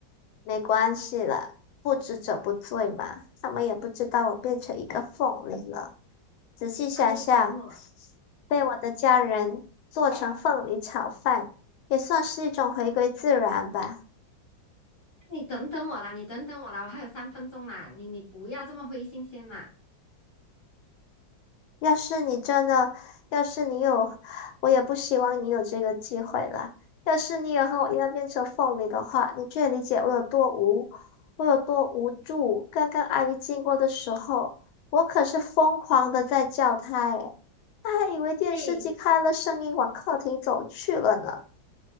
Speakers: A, on the left; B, on the left.
A: 没关系了，不知者不罪嘛，他们也不知道我变成一个凤梨了。仔细想想，
B: 啊，你等我，
A: 被我的家人做成凤梨炒饭，也算是一种回归自然吧。
B: 你等等我啦，你等等我啦，我还有三分钟啦，你你不要这么灰心先啦，
A: 要是你真的，要是你有，我也不希望你有这个机会啦。要是你也和我一样变成凤梨的话，你就会理解我有多无，我有多无助。刚刚阿姨经过的时候，我可是疯狂的在叫她，诶，她还以为电视机开了声音往客厅走去了呢。
B: 哎。